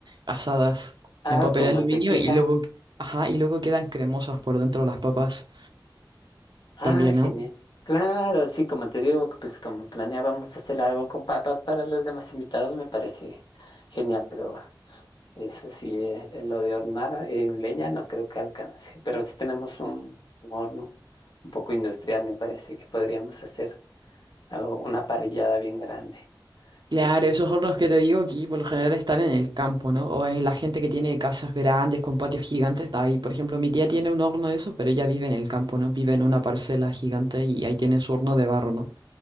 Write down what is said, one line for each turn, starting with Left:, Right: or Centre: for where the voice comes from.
Right: asadas
Left: ah,
Right: en papel
Left: con
Right: aluminio
Left: mantequilla.
Right: y luego, ajá, y luego quedan cremosas por dentro las papas
Left: Ah,
Right: también,
Left: genial.
Right: ¿no?
Left: Claro, sí, como te digo, pues como planeábamos hacer algo con papá para los demás invitados, me parece genial, pero eso sí, eh, eh, lo de hornar en leña no creo que alcance, pero si tenemos un, un horno un poco industrial, me parece que podríamos hacer algo- una parrillada bien grande.
Right: Claro,
Left: Eh,
Right: esos hornos que te digo aquí por lo general están en el campo, ¿no? O en la gente que tiene casas grandes con patios gigantes, está ahí. Por ejemplo, mi tía tiene un horno de esos, pero ella vive en el campo, ¿no? Vive en una parcela gigante y ahí tiene su horno de barro, ¿no?